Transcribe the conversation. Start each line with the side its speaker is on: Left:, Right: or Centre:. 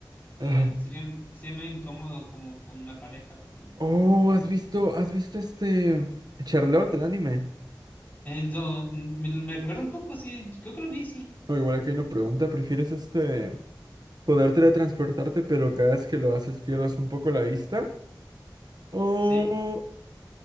Left: Eh,
Right: Ah,
Left: sería, sería medio incómodo como con una pareja, pero no,
Right: Oh,
Left: no-
Right: ¿has visto, has visto este Charlotte, el anime?
Left: Eh, no, me, me acuerdo un poco, sí. Creo que lo vi, sí.
Right: No, igual aquí hay una pregunta, ¿prefieres este poder teletransportarte pero cada vez que lo haces pierdes un poco la vista? O
Left: Sí.